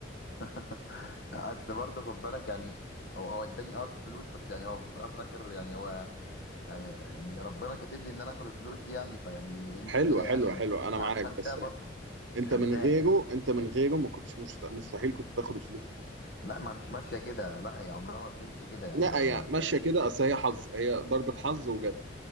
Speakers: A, on the left; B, on the right.
A: <laughs> اصل برضه خد بالك يعني هو هو اداني اه الفلوس بس يعني هو في الأول وفي الاخر يعني هو يعني يعني ربنا كاتب لي ان انا اخد الفلوس دي يعني فيعني ايه المشكله
B: حلوه
A: يعني
B: حلوه
A: انا
B: حلوه انا معاك
A: انا مش هنساه
B: بس
A: برضه
B: انت
A: مش هنساه
B: من غيره انت من غيره ما كنتش مست- مستحيل كنت تاخد الفلوس دي
A: لا ما مش ماشيه كده لا هي عمرها ما بتمشي كده يعني
B: لا هي
A: هي
B: ماشيه كده اصل هي حظ هي ضربه حظ وجت